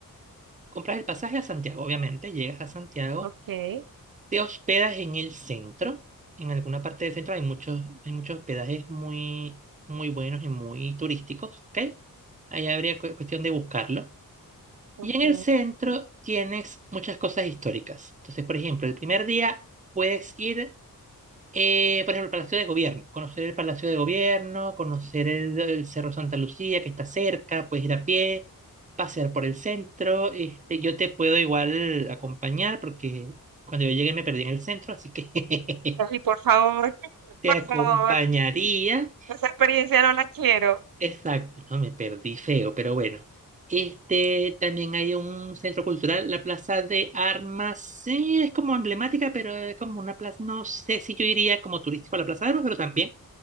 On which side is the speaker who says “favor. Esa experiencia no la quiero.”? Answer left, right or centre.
Right